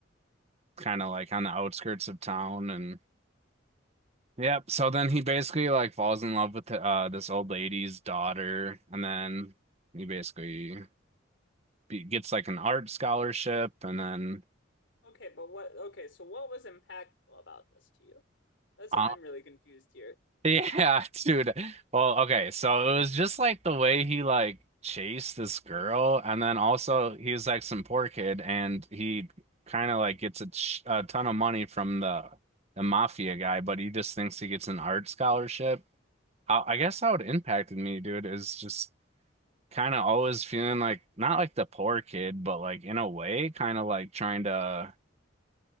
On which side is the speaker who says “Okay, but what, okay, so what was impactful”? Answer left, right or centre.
Left